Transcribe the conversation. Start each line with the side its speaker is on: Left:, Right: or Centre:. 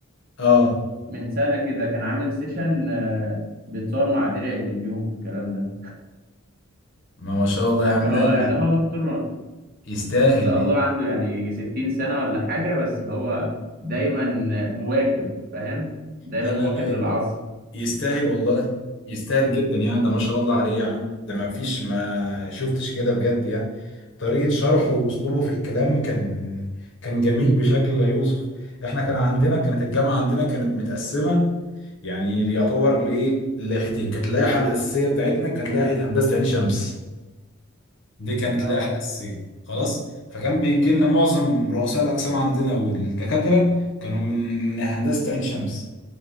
Left: اه
Right: من سنة كده كان عامل سيشن آه، بيتصور مع درع اليوتيوب والكلام ده
Left: ما ما شاء الله يا عم
Right: هو
Left: لا
Right: يعني هو دكتور
Left: يستاهل
Right: ما شاء
Left: ليه
Right: الله عنده يعني يجي 60 سنة ولا حاجة بس هو دايما مواكب فاهم دايما
Left: لا
Right: مواكب
Left: لا لا
Right: للعصر
Left: يستاهل والله يستاهل جدا يعني
Right: اه
Left: ده ما شاء الله عليه يا عم ده ما فيش ما شفتش كده بجد يعني طريقة شرحه واسلوبه في الكلام كان كان جميل بشكل لا يوصف احنا كان عندنا كانت الجامعة عندنا كانت متقسمة يعني يعتبر لايه لائحتين كانت اللائحة الأساسية بتاعتنا كانت لائحة هندسة عين شمس دي كانت
Right: اه
Left: اللائحة الأساسية خلاص فكان بيجي لنا معظم رؤساء الأقسام عندنا والدكاترة كانوا من هندسة عين شمس